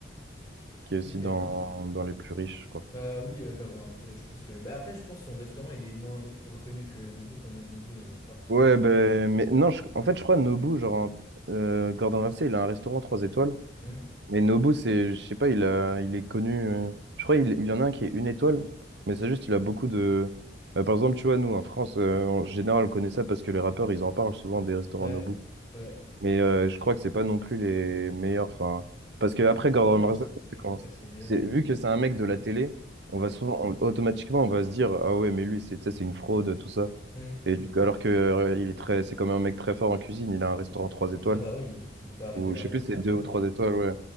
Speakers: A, on the right; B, on the left.
A: qui est aussi
B: Ok.
A: dans, dans les plus riches, je crois.
B: Bah oui, euh, Gordon Ramsay, je pense que. Bah, après, je pense son restaurant, il est moins ré- reconnu que Nobu quand même. Nobu, il y en a de partout
A: Ouais,
B: et.
A: ben, mais non, je- en fait, je crois Nobu, genre, euh, Gordon Ramsay, il a un restaurant 3 étoiles.
B: Hmm
A: Mais Nobu, c'est, je sais pas, il a, il est connu. euh, je crois il, il y en a un qui est une étoile, mais c'est juste, il a beaucoup de. bah, par exemple, tu vois, nous, en France, euh, en général, on connaît ça parce que les rappeurs, ils en parlent souvent des restaurants
B: Ouais,
A: Nobu.
B: ouais.
A: Mais euh, je crois que c'est pas non plus les meilleurs. Enfin, parce que après, Gordon
B: Bah non,
A: Ramsay,
B: ça,
A: c'est
B: ça- je
A: quand-
B: pense pas que c'est les meilleurs.
A: c'est-
B: hein.
A: vu que c'est un mec de la télé, on va souvent, on- automatiquement, on va se dire, ah ouais, mais lui, c'est, tu sais, c'est une fraude, tout ça.
B: Hmm, hmm.
A: Et du coup, alors que euh, il est très, c'est comme un mec très fort en cuisine, il a un restaurant 3 étoiles,
B: Ah bah oui, il est pas arrivé
A: ou
B: là
A: je
B: avec
A: sais plus,
B: rien
A: c'est
B: du
A: 2
B: tout
A: ou
B: quand
A: 3
B: même.
A: étoiles, ouais.